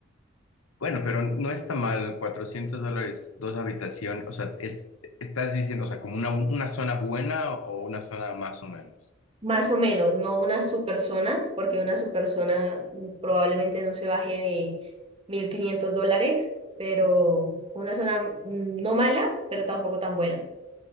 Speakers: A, on the left (about 80°); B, on the right (about 30°).
A: bueno, pero no está mal, 400 dólares, dos habitaciones, o sea, es, estás diciendo, o sea, como una, una zona buena o una zona más o menos.
B: más o menos, no una super zona, porque una super zona mm, probablemente no se baje de 1.500 dólares, pero una zona mm, no mala, pero tampoco tan buena.